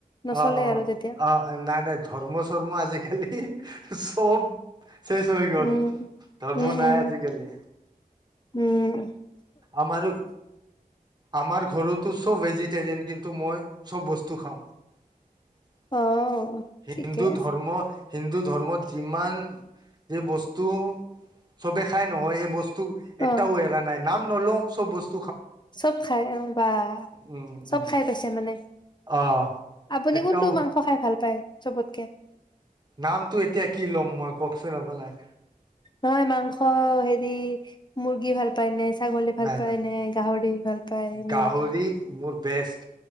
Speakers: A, on the left; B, on the right.
A: নচলে
B: অ অ
A: আৰু তেতিয়া
B: অ নাই নাই ধৰ্ম চৰ্মৰ্ম আজিকালি সব শেষ হৈ গল
A: উম
B: ধৰ্মৰ্ম
A: উম
B: নাই
A: উম
B: আজিকালি
A: উম
B: আমাৰ আমাৰ ঘৰতো চব ভেজিটেৰিয়ান কিন্তু মই চব বস্তু খাওঁ
A: অ ঠিকে
B: হিন্দু
A: আছে
B: ধৰ্ম হিন্দু ধৰ্মত যিমান য বস্তু চবে খায় নহয় এই বস্তু এটাও
A: অ
B: এৰা নাই নাম ব বস্ত
A: চব খাই অ বা
B: উম
A: চব
B: উম
A: খাই পাইছে মানে
B: অ
A: আপুনি
B: এটাও
A: কোনটো মাংস খাই ভাল পায় চবতকে।
B: নামটো এতিয়া কি ল'ম মই কওকচোন আপোনাক।
A: নহয় মাংস হেৰি মুৰ্গী ভাল পাই ন। ছাগলী ভাল
B: নাই
A: পায়
B: নাই
A: নে গাহৰি ভাল পায়
B: গাহৰি
A: নে।
B: মোৰ বেষ্ট